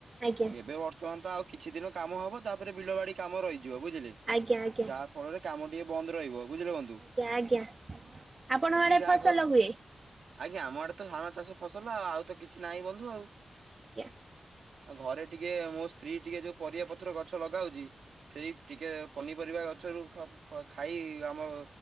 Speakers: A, on the right (about 40°); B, on the right (about 80°).
A: ଆଜ୍ଞା।
B: ଏବେ ବର ର୍ତ୍ତମାନ ଆଉ କିଛି ଦିନ କାମ ହବ, ତାପରେ ବିଲ ବାଡି କାମ ରହିଯିବ ବୁଝିଲେ?
A: ଆଜ୍ଞା ଆଜ୍ଞା।
B: ଯାହା ଫଳରେ କାମ ଟିକେ ବନ୍ଦ ରହିବ, ବୁଝିିଲେ ବନ୍ଧୁ।
A: ଆଜ୍ଞା ଆଜ୍ଞା ଆପଣଙ୍କ ଆଡେ
B: ତା
A: ଫସଲ
B: ଘରୁ,
A: ହୁଏ?
B: ଆଜ୍ଞା, ଆମ ଆଡେ ତ ଧାନ ଚାଷ ଫସଲ, ଆଉ ତ କିଛି ନାହିଁ ବନ୍ଧୁ ଆଉ।
A: ଆଜ୍ଞା
B: ଆଉ ଘରେ ଟିକେ ମୋ ସ୍ତ୍ରୀ ଟିକେ ଯୋଉ ପରିବା ପତ୍ର ଗଛ ଲଗାଉଚି ସେଇ ଟିକେ ପନିପରିବା ଗଛରୁ ଖପ-ଖ-ଖାଇ ଆମ